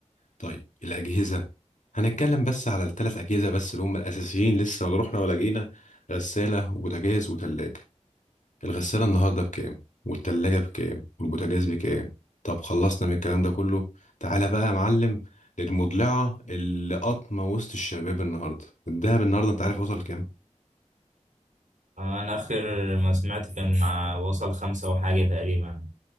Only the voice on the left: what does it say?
طيب الاجهزه هنتكلم بس على الثلاث اجهزه بس اللي هم الاساسيين لسه ما رحنا ولا جينا غساله وبوتاجاز وتلاجه الغسالة النهاردة بكام والتلاجة بكام والبوتاجاز بكام طب خلصنا من الكلام ده كله تعالى بقى يا معلم للمضلعة اللي قطمة وسط الشباب النهاردة الدهب النهاردة انت عارف وصل كام